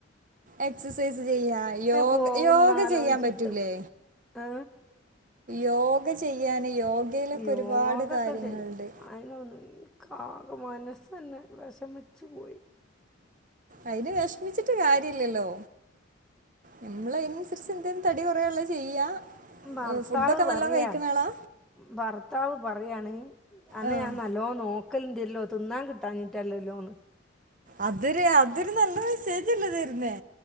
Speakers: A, on the right; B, in the centre.
A: എക്സസൈസ് ചെയ്യാ യോഗ
B: പോകുന്നാലോചിച്ചിട്ട്
A: യോഗ ചെയ്യാൻ പറ്റൂലേ?
B: ഏ
A: യോഗ ചെയ്യാന് യോഗയിലൊക്കെ
B: യോഗൊക്കെ
A: ഒരുപാട് കാര്യങ്ങളുണ്ട്
B: ചെയ്ത് അയിനൊന്നും ക്കാകെ മനസന്നെ വിഷമിച്ചു പോയി
A: അയ്ന് വിഷമിച്ചിട്ട് കാര്യ ഇല്ലല്ലോ നമ്മള് അയ്നനുസരിച്ച് എന്തേലും തടി കുറയാനൊള്ള ചെയ്യാ
B: ബർത്താവ്
A: ഫുഡൊക്കെ
B: പറയാ
A: നല്ലോം കഴിക്കണ ആളാ
B: ബർത്താവ് പറ പറയാണെങ്ങി അനെ
A: ആഹ്
B: ഞാൻ നല്ലോ നോക്കല് തില്ലോ തിന്നാൻ കിട്ടാഞ്ഞ് ടെല്ലിലോന്ന്
A: അതിര് അതിരൊ നല്ല മസേജല്ലെ തരുന്നേ